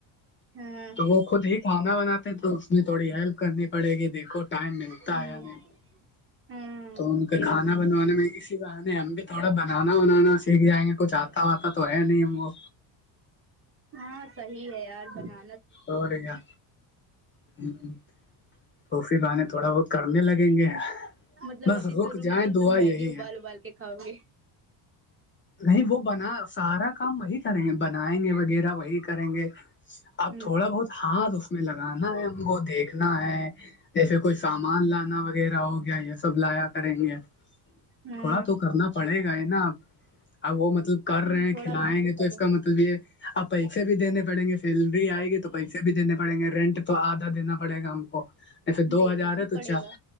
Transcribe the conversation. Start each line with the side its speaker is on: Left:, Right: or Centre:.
Right: ہاں
Left: تو وہ خود ہی کھانا بناتے تو اس میں تھوڑی ہیلپ کرنی پڑے گی دیکھو ٹائم ملتا
Right: ہوں
Left: ہے یا نہیں
Right: ہاں
Left: تو ان کے کھانا بنوانے میں اسی بہانے ہم بھی تھوڑا بنانا ونانا سیکھ جائیں گے کچھ آ پتا آتا تو ہے نہیں ہم کو
Right: ہاں صحیح ہے یار بنا
Left: اور رہ کیا ہ تو پھر بہے تھوڑا بہت کرنے لگیں گے
Right: مطلب
Left: بس
Right: ابھی
Left: رک
Right: سروع
Left: جائیں
Right: میں تم
Left: دعا
Right: میگی
Left: یہی
Right: ابال
Left: ہے
Right: ابال کے کھاؤ گے
Left: نہیں وہ بنا سارا کام وہی کریں گے بنائیں گے وغیرہ وہی کریں گے اب
Right: ہوں
Left: تھوڑا بہت ہاتھ اس میں لگانا ہے ہم کو دیکھنا ہے جیسے کوئی سامان لانا وغیرہ ہو گیا یہ سب لایا کریں گے
Right: ہاں
Left: تھوڑا تو کرنا پڑے گا ہی نا اب وہ مطلب کر
Right: ہوں
Left: رہے ہیں
Right: تھوڑا
Left: کھلائیں
Right: بہت
Left: گے
Right: کرو
Left: تو اس کا مطلب تو بھیے <inaudible> آپ پیسے بھی دینے پڑیں گے سیلری آئے گی تو پیسے بھی دینے پڑیں گے رینٹ تو آدھا دینا پڑے گا ہم کو ایسے دو
Right: دینا
Left: ہزار
Right: ہی
Left: ہے تو
Right: پڑے
Left: چا
Right: گا